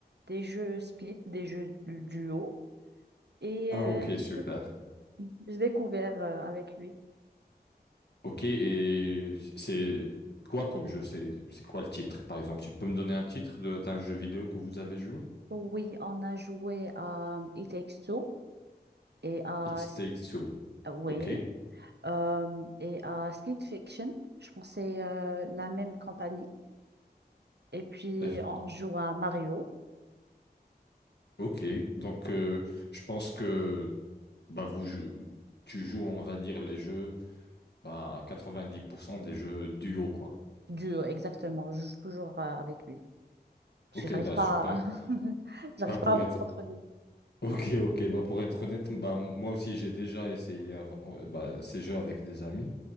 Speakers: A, on the right; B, on the left.
A: des jeux split, des jeux du duo. Et
B: Ah
A: euh,
B: ok, super.
A: c'est tout. j'ai découvert euh, avec lui.
B: Ok, et c'est quoi comme jeu? C'est c'est quoi le titre, par exemple? Tu peux me donner un titre de- d'un jeu vidéo que vous avez joué?
A: Oui, on a joué à It Takes Two et à
B: It
A: S-
B: Takes Two.
A: euh, oui
B: Ok.
A: euh, et à Split Fiction. Je pense que c'est euh, la même compagnie. Et puis
B: F-
A: on joue à Mario.
B: Ok. Donc, euh, je pense que bah, vous, jou- tu joues, on va dire, les jeux, bah, à 90% des jeux duo, quoi.
A: Duo, exactement. Je joue toujours euh, avec lui. Parce
B: Ok,
A: que j'arrive
B: bah
A: pas
B: super.
A: à... <laughs> j'arrive
B: Bah pour
A: pas à me
B: être
A: contrôler.
B: <laughs> ok, ok, bah pour être honnête, bah moi aussi j'ai déjà essayé av- euh, bah, ces jeux avec des amis.